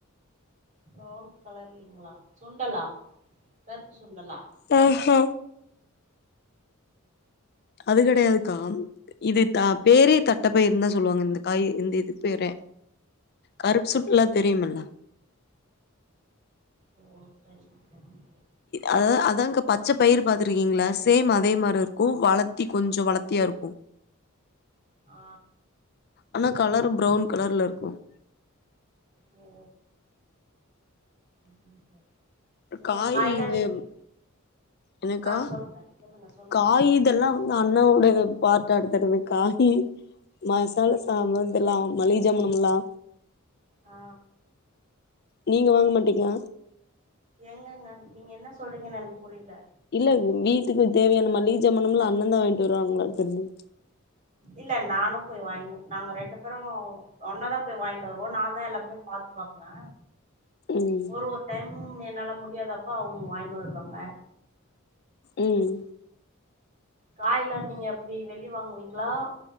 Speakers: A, on the right; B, on the left.
A: ப்ரோன் கலர் இல்லீங்ளா சுண்டலா கருப்பு சுண்டலா
B: ஹாக்கா அது கிடையாதுக்கா இது த பேரு தட்டப்பயரு தா சொல்லுவாங்க இந்த காய் இந்த இது பேரே கருப்பு
A: ஓ
B: சுண்டல்னா தெரியுமுல்ல
A: ஓ சரிங்க சரிங்க தோழி
B: அத அதாங்க பச்ச பயிரு பாத்துருக்கீங்களா சேம் அதே மாரி இருக்கூ வளத்தி கொஞ்சோ வளத்தியா இருக்கூ
A: ஆ
B: ஆனா கலர் ப்ரவுன் கலர்ல இருக்கும்
A: ஓ சரிங்க தோழி நீங்க
B: காய்
A: காய்லா
B: இது
A: எப்டி
B: என்னக்கா
A: ஆ சொல்லுங்க சொல்லுங்க சொல்லுங்க
B: காய் இதெல்லாம் அண்ணாவுடைய பாட்ட எடுத்துறது காய் மசாலா சாமா இதெல்லா மளிக ஜாமான்கலெல்லா
A: ஆ
B: நீங்க வாங்க மாட்டீங்ளா
A: எங்கங்க நீங்க என்ன சொல்றீங்கன்னு எனக்கு புரியல
B: இல்ல வீட்டுக்கு தேவையான மளிஹ் ஜாமானுலா அண்ணே தா வாங்கிட்டு வருவாங்களா கேட்டேன்
A: இல்ல நானு போய் வாயினு நாங்க ரெண்டு பேரும் ஒன்னதா போய் வாங்கிட்டு வருவோ நா தான் எல்லாமே பாத்து வாங்குவே
B: ம்
A: ஒரு ஒரு டைம் என்னால முடியாதப்ப அவுங்க வாங்கினு வருவாங்க
B: உம்
A: காயிலா நீங்க எப்புடி வெளிய வாங்குவீங்களா